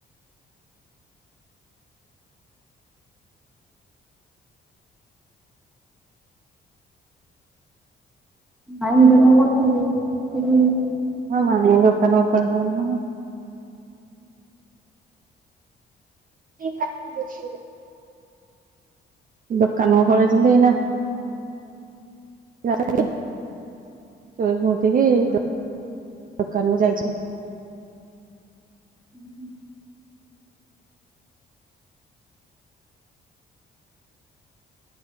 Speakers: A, in the centre; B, on the right.
A: ମାଇଁ <unintelligible> କରୁଛନ୍ତି ଯେ ସେଇଠି
B: ଆଉ କଣ ଏ ଦୋକାନରୁ ତ <unintelligible> <unintelligible> ଦୋକାନକୁ ପଳେଇଛନ୍ତି ଏଇନା। <unintelligible> ଶୋଇକି ଉଠିକି ଦୋ ଦୋକାନକୁ ଯାଇଛି।
A: ହୁଁ ହୁଁ।